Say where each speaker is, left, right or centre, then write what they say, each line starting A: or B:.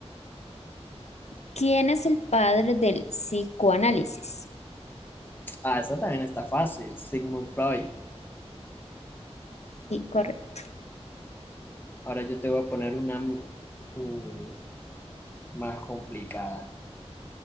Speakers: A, on the left (about 80°); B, on the left (about 20°).
A: ¿Quién es el padre del psicoanálisis?
B: Ah, esa también está fácil, Sigmund Freud.
A: Sí, correcto.
B: Ahora yo te voy a poner una mm, más complicada.